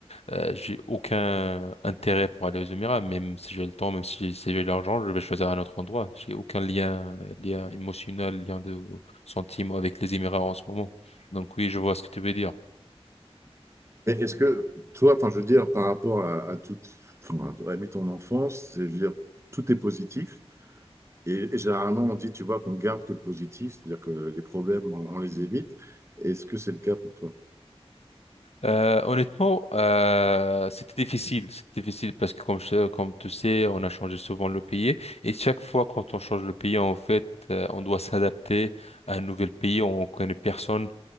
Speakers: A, on the left (about 75°); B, on the right (about 25°).
A: euh, j'ai aucun intérêt pour aller aux Émirats. Même si j'ai le temps, même si j'ai si j'ai l'argent, je vais choisir un autre endroit. J'ai aucun lien, euh, lien émotionnel, lien de sentiment avec les Émirats en ce moment. Donc oui, je vois ce que tu veux dire.
B: Et est-ce que toi, enfin, je veux dire, par rapport à, à toute, enfin, à, à ton enfance, c'est, je veux dire, tout est positif. Et, et généralement, on dit, tu vois, qu'on garde que le positif, c'est-à-dire que les problèmes, on, on les évite. Est-ce que c'est le cas pour toi?
A: Euh, honnêtement, euh, c'était difficile. C'était difficile parce que comme, je- comme tu sais, on a changé souvent le pays et chaque fois quand on change le pays, en fait, euh, on doit s'adapter à un nouvel pays. On connaît personne